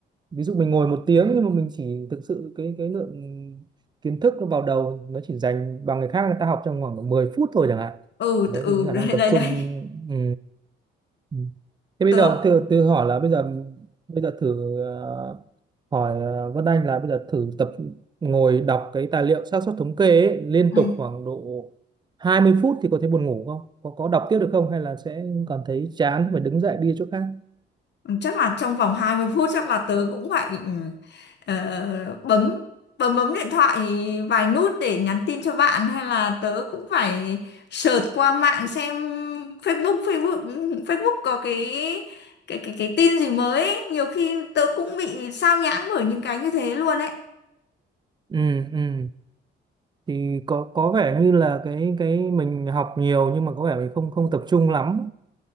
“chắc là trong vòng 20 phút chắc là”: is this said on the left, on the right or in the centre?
Left